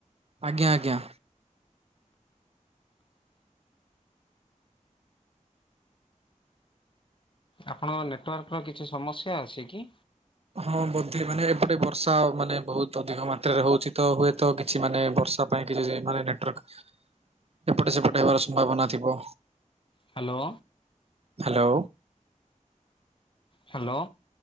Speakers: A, on the right; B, on the left.
A: ଆଜ୍ଞା ଆଜ୍ଞା।
B: ଆପଣଙ୍କ ନେଟୱାର୍କର କିଛି ସମସ୍ୟା ଅଛି କି?
A: ହଁ ବୋଧେ ମାନେ ଏପଟେ ବର୍ଷା ମାନେ ବହୁତ ଅଧିକ ମାତ୍ରାରେ ହଉଛି ତ ହୁଏତ କିଛି ମାନେ ବର୍ ତା ପାଇଁ ମାନେ ନେଟୱାର୍କ ଏପଟ ସେପଟ ହେବାର ସମ୍ଭାବନା ଥିବ।
B: Hello.
A: Hello.
B: Hello.